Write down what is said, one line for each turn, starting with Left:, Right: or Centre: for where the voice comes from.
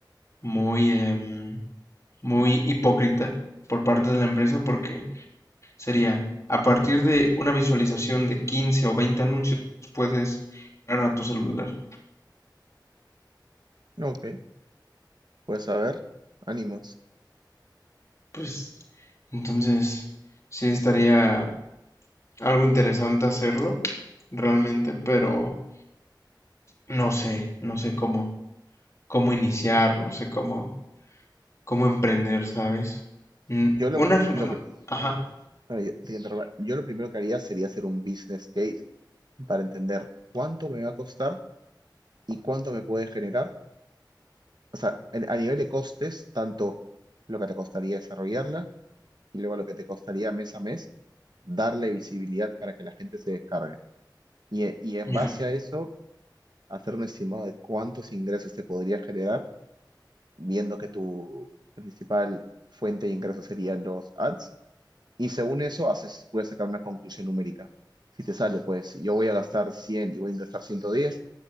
Left: Muy, em, muy hipócrita por parte de la empresa porque sería, a partir de una visualización de 15 o 20 anuncios, puedes entrar a tu celular.
Right: Ok, pues a ver, ánimos.
Left: Pues, entonces, sí estaría algo interesante hacerlo, realmente, pero no sé, no sé cómo, cómo iniciar, no sé cómo, cómo emprender, ¿sabes? Mm,
Right: Yo lo,
Left: Una,
Right: pri- lo pri-
Left: ajá,
Right: bueno, yo te interrumpo. Yo lo primero que haría sería hacer un business case para entender cuánto me va a costar y cuánto me puede generar o sea, en- a nivel de costes, tanto lo que te costaría desarrollarla y luego lo que te costaría mes a mes darle visibilidad para que la gente se descargue. Y, e- y en
Left: ya,
Right: base a eso, hacer un estimado de cuántos ingresos se podría generar, viendo que tu principal fuente de ingresos serían los ads. Y según eso, haces, puedes sacar una conclusión numérica. Si te sale, pues yo voy a gastar 100 y voy a ingresar 110,